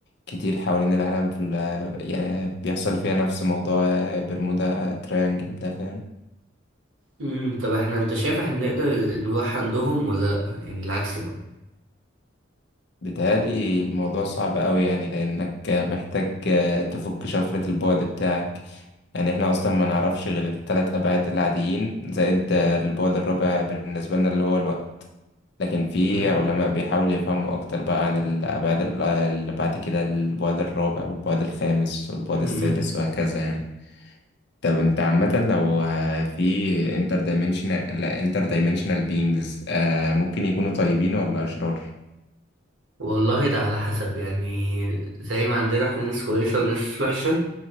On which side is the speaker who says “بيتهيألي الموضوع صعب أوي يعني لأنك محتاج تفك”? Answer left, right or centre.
Left